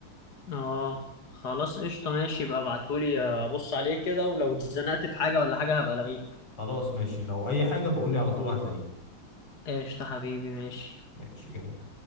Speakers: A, on the left; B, on the left.
A: اه خلاص قشطه ماشي بقى ابعتهولي ابص عليه كده ولو اتزنقت في حاجه ولا حاجه هبقى الغيك
B: خلاص ماشي لو اي حاجة بقولي على طول وهتلاقيه
A: قشطه حبيبي ماشي
B: ماشي جميل